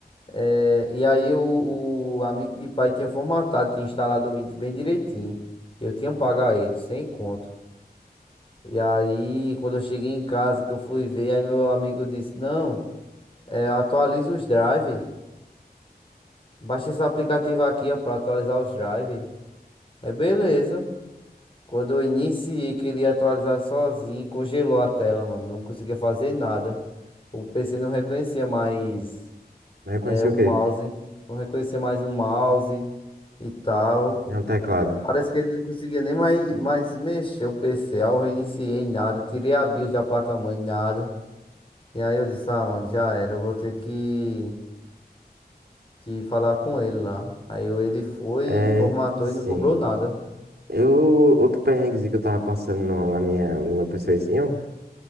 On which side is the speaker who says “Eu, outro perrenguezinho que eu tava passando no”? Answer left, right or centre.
Right